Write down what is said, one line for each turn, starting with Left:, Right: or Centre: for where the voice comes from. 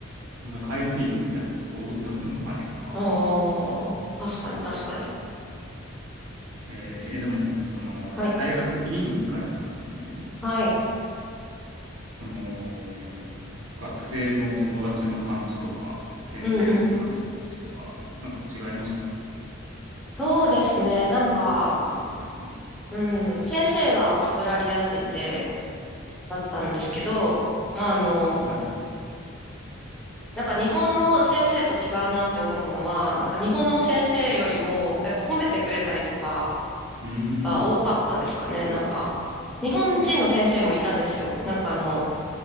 Right: そんな海水浴みたいなこと動物がすんのかねとか思ってたんですけどね。
Centre: ああ、確かに確かに。
Right: えーえーでも、その、
Centre: はい。
Right: 大学院に行かれてたんですよね。
Centre: はい。
Right: その、学生の友達の感じとか、先生の感じとか、
Centre: うんうん。
Right: なんか違いました
Centre: そうですね。なんか、
Right: 日本と。うん。
Centre: うん、先生はオーストラリア人で、だったんですけど、まあ、あの、
Right: はい。
Centre: なんか日本の先生と違うなって思うのは、なんか日本の先生よりも、やっぱ褒めてくれたりとか
Right: うーん。
Centre: が多かったですかね、なんか。日本人の先生もいたんですよ。なんかあの、